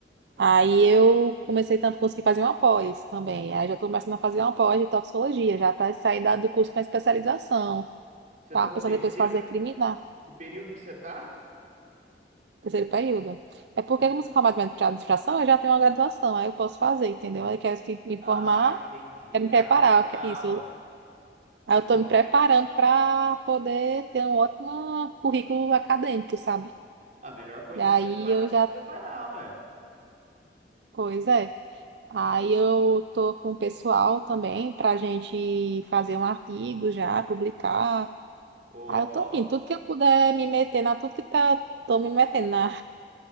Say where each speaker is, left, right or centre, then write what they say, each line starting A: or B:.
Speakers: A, on the right; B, on the right.
A: aí eu comecei tanto, consegui fazer uma pós também. Aí já estou começando a fazer uma pós de toxicologia, já para sair da- do curso para especialização.
B: Você
A: tá
B: tá no
A: pensando
B: terceiro?
A: depois fazer criminal,
B: Que, que período que você tá?
A: terceiro período. É porque,
B: E-
A: como se formar de administração, eu já tenho uma graduação, aí eu posso fazer, entendeu? Aí eu quero se- me
B: Ah,
A: formar,
B: entendi.
A: quero me
B: Ah,
A: preparar,
B: que legal.
A: que- é isso. Aí eu estou
B: Não,
A: me preparando para poder ter um ótimo currículo acadêmico, sabe?
B: a melhor coisa
A: E aí
B: que você faz
A: eu
B: é se
A: já
B: preparar, ué.
A: Pois é. Aí eu tô com o pessoal também para a gente fazer um artigo já, publicar.
B: Ó.
A: Aí eu tô indo, tudo que eu puder me meter na, tudo que tá, tô me metendo na,